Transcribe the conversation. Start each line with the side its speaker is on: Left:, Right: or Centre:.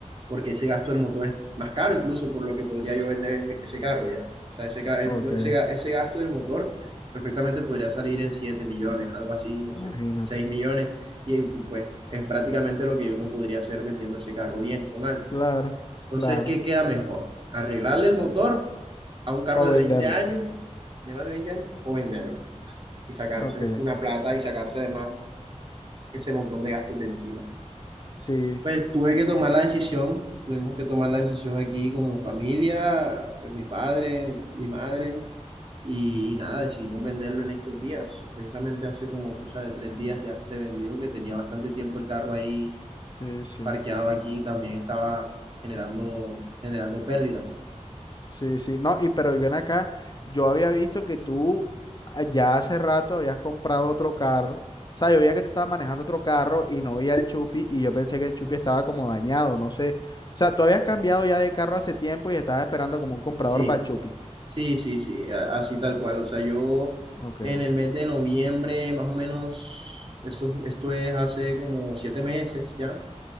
Right: Porque ese gasto del motor es más caro incluso por lo que podría yo vender ese, ese carro ya. O sea, ese, ca- ese,
Left: ok,
Right: ga- ese gasto del motor perfectamente podría salir en 7 millones, algo así, no sé,
Left: imagínate.
Right: 6 millones. Y pues es prácticamente lo que yo me podría hacer vendiendo ese carro bien con alguien.
Left: Claro,
Right: Entonces,
Left: claro.
Right: ¿qué queda mejor? ¿Arreglarle el motor a un carro
Left: O
Right: de
Left: venderlo.
Right: 20 años, de más de 20 años, o venderlo y sacarse
Left: Ok,
Right: una plata y sacarse además ese montón de gastos de encima?
Left: sí,
Right: Pues tuve que tomar la decisión, tuvimos que tomar la decisión aquí como familia, pues mi padre, mi madre, y, y nada, decidimos venderlo en estos días. Precisamente hace como cosa de tres días ya se vendió, que tenía bastante tiempo el carro ahí
Left: sí, sí.
Right: parqueado aquí, también estaba generando, generando pérdidas.
Left: Sí, sí, no, y pero ven acá, yo había visto que tú ah, ya hace rato habías comprado otro carro, o sea, yo veía que tú estabas manejando otro carro y no veía el Chupi y yo pensé que el Chupi estaba como dañado, no sé, o sea, tú habías cambiado ya de carro hace tiempo y estabas esperando como un comprador
Right: Sí,
Left: para el Chupi.
Right: Sí, sí, sí, a- así tal cual. O sea, yo
Left: Ok,
Right: en el mes de noviembre, más o menos, esto, esto es hace como siete meses ya.